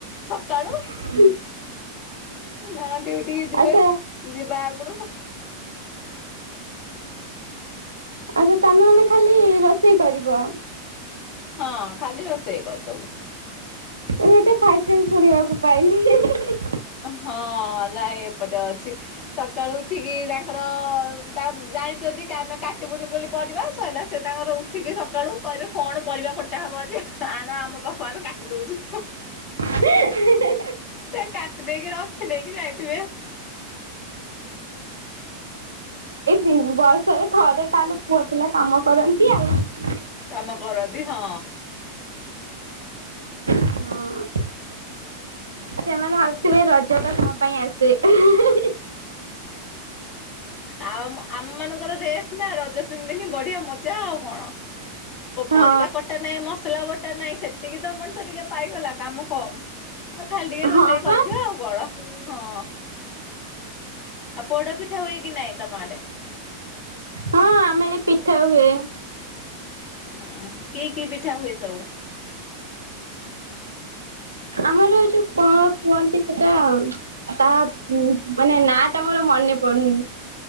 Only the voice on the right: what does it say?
ହୁଁ
ଆଚ୍ଛା
ଆରେ ତମେ ମାନେ ଖାଲି ରୋଷେଇ କରିବ।
ଏଇଟା ଫାଷ୍ଟ ଟାଇମ ଶୁଣିବାକୁ ପାଇଲି।
ହଁ
ହିଁ ବର୍ଷରେ ଥରେ ତାହେଲେ ପୁଅ ପିଲା କାମ କରନ୍ତି ଆଉ।
ହଁ। ସେମାନେ ଭାବୁଥିବେ ରଜ ତା କଣ ପାଇଁ ଆସେ।
ହଁ
ହଁ
ପା
ହଁ ଆମେ ଆଲେ ପିଠା ହୁଏ।
ଆମର ଯୋଉ କଣ କୁହନ୍ତି ସେଟା ତାହା ମାନେ ନା ଟା ମୋର ମନେ ପଡୁନି।